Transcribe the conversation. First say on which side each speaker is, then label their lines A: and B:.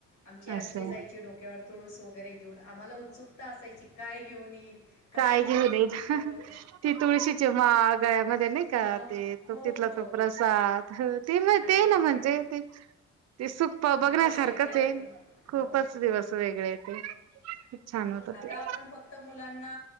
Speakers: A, on the left; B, on the right.
A: आमची आजी
B: असं
A: जायची डोक्यावर तुळूस वगैरे घेऊन आम्हाला उत्सुकता असायची काय घेऊन येईल काय
B: काळ
A: घेऊन
B: घी हो
A: येईल
B: दे
A: तिकडं
B: ती तुळशीची माळ गळ्यामध्ये नाही का
A: हो
B: ते
A: हो
B: तो तिथला
A: हो
B: तो प्रसाद ते
A: आणि
B: ते ना म्हणजे
A: पण
B: ते ते सुप्पा
A: दिवस
B: बघण्यासारखंच
A: वेगळे होते
B: ये खूपच
A: हो
B: दिवस वेगळे ते खूप छान होत
A: आता
B: ते.
A: आपण फक्त मुलांना